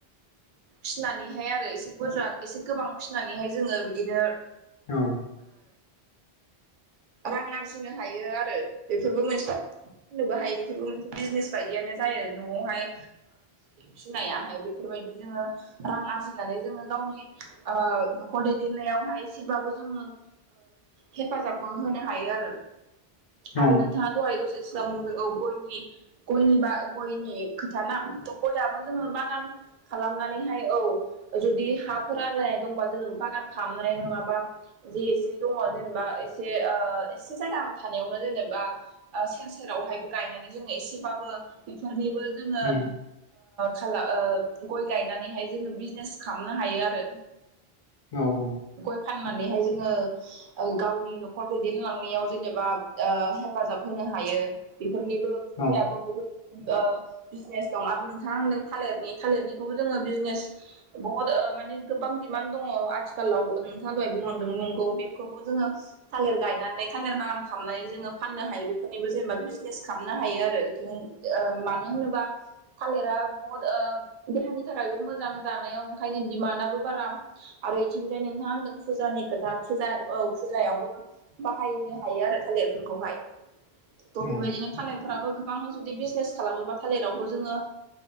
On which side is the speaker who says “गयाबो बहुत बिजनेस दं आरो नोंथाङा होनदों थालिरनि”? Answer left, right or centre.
Right